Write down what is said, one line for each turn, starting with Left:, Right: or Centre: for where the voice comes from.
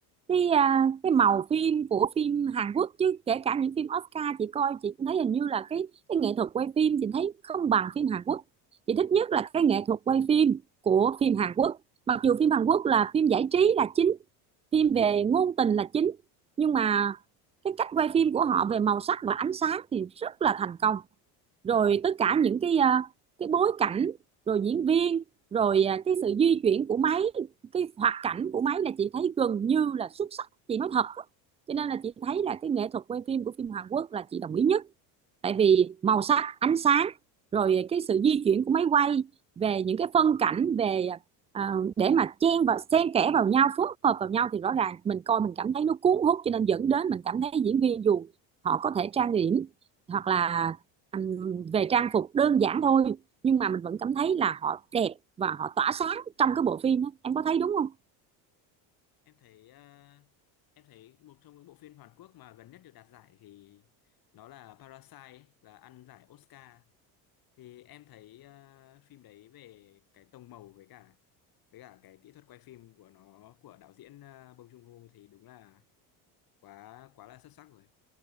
Right: cái à, cái màu phim của phim Hàn Quốc chứ kể cả những phim Oscar chị coi chị cũng thấy hình như là cái cái nghệ thuật quay phim chị thấy không bằng phim Hàn Quốc chị thích nhất là cái nghệ thuật quay phim của phim Hàn Quốc mặc dù phim Hàn Quốc là phim giải trí là chính phim về ngôn tình là chính nhưng mà cái cách quay phim của họ về màu sắc và ánh sáng thì rất là thành công rồi tất cả những cái à, cái bối cảnh rồi diễn viên rồi à, cái sự di chuyển của máy cái hoạt cảnh của máy là chị thấy gần như là xuất sắc chị nói thật á. cho nên là chị thấy là cái nghệ thuật quay phim của phim Hàn Quốc là chị đồng ý nhất tại vì màu sắc ánh sáng rồi cái sự di chuyển của máy quay về những cái phân cảnh về à, để mà chen và xen kẽ vào nhau phối hợp vào nhau thì rõ ràng mình coi mình cảm thấy nó cuốn hút cho nên dẫn đến mình cảm thấy diễn viên dù họ có thể trang điểm hoặc là ừm, về trang phục đơn giản thôi nhưng mà mình vẫn cảm thấy là họ đẹp và họ tỏa sáng trong cái bộ phim đó. Em có thấy đúng không?
Left: Em thấy, a, em thấy một trong những bộ phim Hàn Quốc mà gần nhất được đạt giải thì nó là Parasite ấy, là ăn giải Oscar. thì em thấy ờ, phim đấy về cái tông màu với cả với cả cái kỹ thuật quay phim của nó của đạo diễn ờ, Bong Joon-ho thì đúng là quá quá là xuất sắc rồi